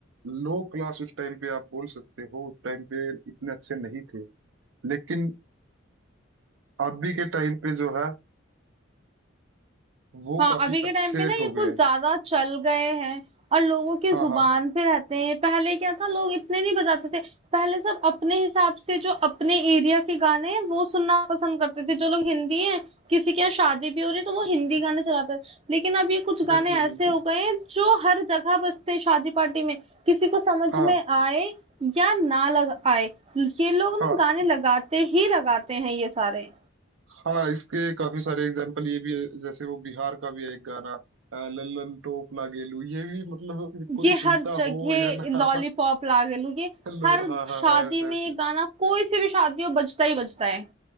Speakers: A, on the right; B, on the right.
A: लो क्लास उस टाइम पे आप बोल सकते हो उस टाइम पे इतने अच्छे नहीं थे लेकिन अभी के टाइम पे जो है वो
B: हाँ
A: काफी
B: अभी
A: अच्छे
B: के टाइम पे ना ये
A: हो गए
B: कुछ
A: हैं।
B: ज्यादा चल गए हैं और लोगों की
A: हाँ
B: जुबान
A: हाँ हाँ
B: पे रहते हैं पहले क्या था लोग इतने नहीं बजाते थे पहले सब अपने हिसाब से जो अपने एरिया के गाने हैं वो सुनना पसंद करते थे जो लोग हिंदी हैं किसी के यहाँ शादी भी हो रही है, तो वो हिंदी गाने चलाते हैं लेकिन अब ये कुछ
A: बिल्कुल
B: गाने ऐसे
A: बिल्कुल
B: हो गए हैं जो हर जगह बजते हैं शादी पार्टी में किसी को समझ
A: हाँ
B: में आए या ना लग आए ये लोग
A: हाँ
B: ना गाने लगाते ही लगाते हैं ये सारे
A: हाँ हाँ, इसके काफी सारे एग्जाम्पल ये भी है जैसे वो बिहार का भी है एक गाना अ, लल्लन टोप लागेलू ये भी मतलब कोई
B: ये
A: सुनता
B: हर जगह
A: हो या ना
B: लॉलीपॉप लागे लू ये
A: लो
B: हर
A: हाँ हाँ
B: शादी
A: हाँ ऐसे ऐसे
B: में ये गाना कोई से भी शादी हो बजता ही बजता है